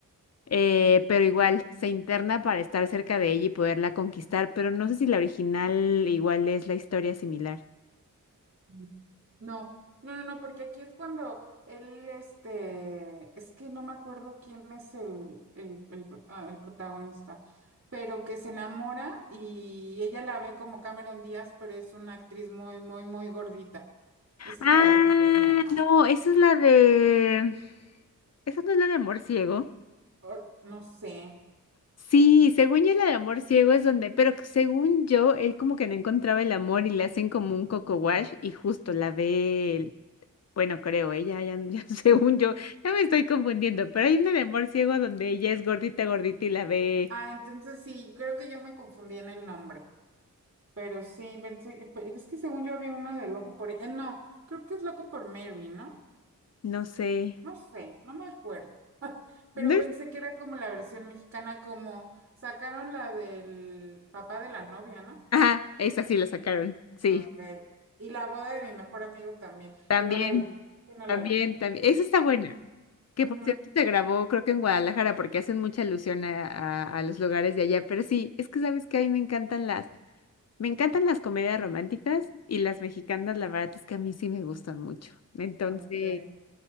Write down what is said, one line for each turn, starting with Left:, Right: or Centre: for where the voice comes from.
Left: eh, pero igual, se interna para estar cerca de ella y poderla conquistar, pero no sé si la original igual es la historia similar.
Right: Mm. No, no, no, no, porque aquí es cuando él, este, es que no me acuerdo quién es el, el, el pro- ah, el protagonista, pero que se enamora y ella la ve como Cameron Díaz, pero es una actriz muy, muy, muy gordita. Esa
Left: Ah,
Right: es la de Loco por Día, ¿no?
Left: no, esa es la de... ¿Esa no es la de amor ciego?
Right: O- no sé.
Left: Sí, según yo la de amor ciego es donde, pero que según yo, él como que no encontraba el amor y le hacen como un coco wash y justo la ve él. Bueno, creo, ella, ya, ya, <laughs> según yo, ya me estoy confundiendo, pero hay una de amor ciego donde ella es gordita, gordita y la ve,
Right: Ah, entonces sí, creo que yo me confundí en el nombre. Pero sí, pensé, pero es que según yo había una de Loco por... eh, no, creo que es Loco por Mary, ¿no?
Left: no sé,
Right: No sé, no me acuerdo. Pero
Left: ¿no es?
Right: pensé que era como la versión mexicana, como sacaron la del papá de la novia, ¿no?
Left: Ajá, esa sí la sacaron, sí,
Right: Ok. Y la boda de mi mejor amigo también,
Left: también,
Right: que no la vi, que no
Left: también,
Right: la vi.
Left: también, esa está buena.
Right: Ujú,
Left: Que
Right: ujú,
Left: por cierto se grabó, creo que en Guadalajara, porque hacen mucha alusión a, a- a los lugares de allá. Pero sí, es que sabes que a mí me encantan las, me encantan las comedias románticas y las mexicanas, la verdad es que a mí sí me gustan mucho. Entonces,
Right: ok.